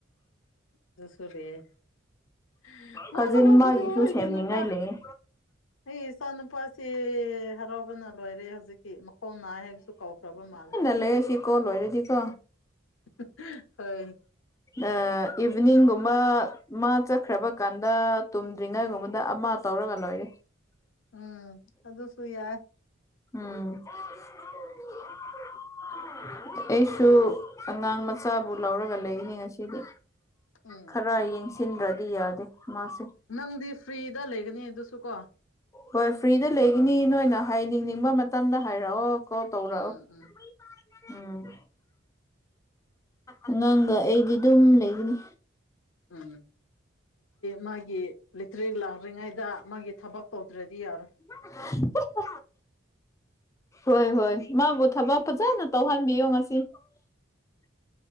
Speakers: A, on the left; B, on the left.
A: <unintelligible>
B: ꯀꯥꯖꯤꯟ ꯃꯥꯒꯤꯁꯨ ꯁꯦꯝꯅꯤꯡꯉꯥꯏ ꯂꯩꯌꯦ
A: ꯑꯩ ꯏꯆꯥ ꯅꯨꯨꯄꯥꯁꯤ ꯍꯔꯥꯎꯕꯅ ꯂꯣꯏꯔꯦ ꯍꯧꯖꯤꯀꯤ ꯃꯈꯣꯡ ꯅꯥꯏ ꯍꯥꯏꯕꯁꯨ ꯀꯧꯈ꯭ꯔꯕ ꯃꯥꯜꯂꯦ
B: ꯂꯩꯔꯁꯤ ꯀꯣꯜ ꯂꯣꯏꯔꯗꯤꯀꯣ
A: <unintelligible> ꯍꯣꯏ
B: ꯑ ꯏꯚꯤꯅꯤꯡꯒꯨꯝꯕ ꯃꯥ ꯆꯠꯈ꯭ꯔꯕ ꯀꯥꯟꯗ ꯇꯨꯝꯗ꯭ꯔꯤꯉꯥꯏꯒꯨꯝꯕꯗ ꯑꯃ ꯇꯧꯔꯒ ꯂꯣꯏꯔ
A: ꯎꯝ ꯑꯗꯨꯁꯨꯨ ꯌꯥꯏ
B: ꯎꯝ <unintelligible> ꯑꯩꯁꯨ ꯑꯉꯥꯡ ꯃꯆꯥꯕꯨ ꯂꯧꯔꯒ ꯂꯩꯅꯤꯁꯤ ꯁꯤꯗꯤ
A: ꯎꯝ
B: ꯈꯔ ꯌꯦꯡꯁꯤꯟꯗ꯭ꯔꯗꯤ ꯌꯥꯗꯦ ꯃꯥꯁꯦ
A: ꯅꯪꯗꯤ ꯐ꯭ꯔꯤꯗ ꯂꯩꯒꯅꯤ ꯑꯗꯨꯁꯨ ꯀꯣ
B: ꯍꯣꯏ ꯐ꯭ꯔꯤꯗ ꯂꯩꯒꯅꯤ ꯅꯣꯏꯅ ꯍꯥꯏꯅꯤꯡꯅꯤꯡꯕ ꯃꯇꯝꯗ ꯍꯥꯏꯔꯛꯑꯣ ꯀꯣ ꯇꯧꯔꯛꯑꯣ
A: ꯎꯝ ꯎꯝ
B: ꯎꯝ ꯑꯉꯥꯡꯒ ꯑꯩꯗꯤ ꯑꯗꯨꯝ ꯂꯩꯒꯅꯤ
A: ꯎꯝ ꯃꯥꯒꯤ ꯂꯤꯇ꯭ꯔꯤ ꯂꯥꯛꯇ꯭ꯔꯤꯉꯩꯗ ꯃꯥꯒꯤ ꯊꯕꯛ ꯇꯧꯗ꯭ꯔꯗꯤ ꯌꯥꯔꯣꯏ
B: <inaudible> ꯍꯣꯏ ꯍꯣꯏ ꯃꯥꯕꯨ ꯊꯕꯛ ꯐꯖꯅ ꯇꯧꯍꯟꯕꯤꯌꯣ ꯉꯁꯤ <inaudible> ꯎꯝ